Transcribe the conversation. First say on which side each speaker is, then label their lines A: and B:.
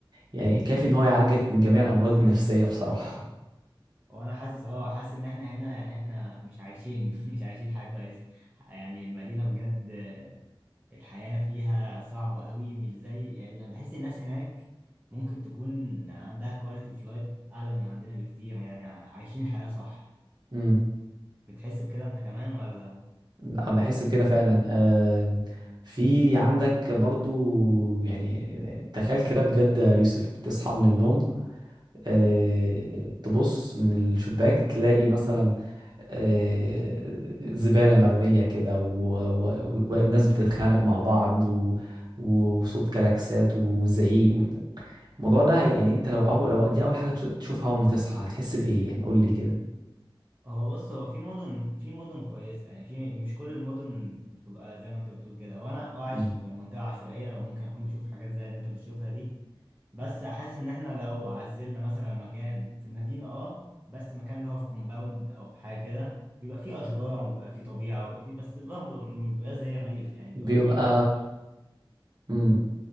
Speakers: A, on the right; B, on the right.
A: يعني كافي ان هو يعالجك من جميع الامراض <laughs> النفسية بصراحة
B: هو انا حاسس اه حاسس ان احنا هنا يعني احنا مش عايشين <laughs> مش عايشين حاجه كويسه يعني المدينه بجد آه، الحياه فيها صعبه قوي مش زي يعني بحس الناس هناك ممكن تكون عندها كواليتي اوف لايف اعلى من عندنا بكتير يعني عايشين الحياه صح
A: امم
B: بتحس بكده انت كمان ولا
A: بحس بكده فعلا آم، في عندك برضو يعني تخيل كده بجد يا يوسف تصحى من النوم آه، تبص من الشباك تلاقي مثلا آه، زبالة مرمية كده و- و- والناس بتتخانق مع بعض و- وصوت كلاكسات وزعيق وبتاع. الموضوع ده يعني انت لو اول لو دي اول حاجة تشوفها اول ما تصحى هتحس بإيه يعني قول لي كده
B: هو بص هو في مدن في مدن كويسة يعني في مش كل المدن بتبقى زي ما انت بتقول كده هو انا اه عايش
A: مم.
B: في منطقة عشوائية وممكن اكون بشوف حاجات زي اللي انت بتشوفها دي بس حاسس ان احنا لو عزلنا مثلا مكان في المدينة اه بس مكان اللي هو في كومباوند او في حاجة كده بيبقى فيه اشجار وبيبقى فيه طبيعة وبيبقى فيه بس برضه بيبقى زي ريف يعني بيبقى
A: بيبقى
B: فيه جزء
A: مم.